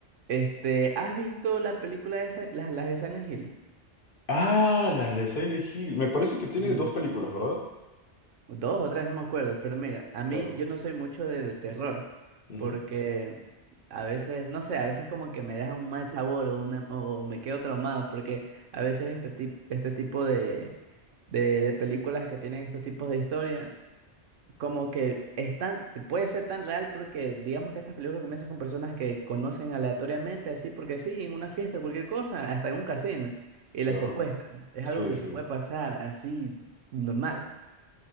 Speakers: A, on the right (about 80°); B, on the left (about 50°).
A: este, ¿has visto la película de Sil- las, las de Silent
B: Ah, la de Silent Hill. Me parece que tiene
A: Hill?
B: dos películas, ¿verdad?
A: Dos o tres, no me acuerdo, pero mira, a mí
B: Claro.
A: yo no soy mucho de, de terror,
B: Ujú,
A: porque a veces, no sé, a veces como que me deja un mal sabor o, una, o me quedo traumado, porque a veces este, tip- este tipo de, de, de películas que tienen estos tipos de historia, como que es tan, te- puede ser tan real porque digamos que estas películas comienzan con personas que conocen aleatoriamente, así porque sí, en una fiesta, cualquier cosa, hasta en un casino, y
B: claro.
A: las secuestran. Es
B: Sí,
A: algo que
B: sí.
A: te puede pasar así normal.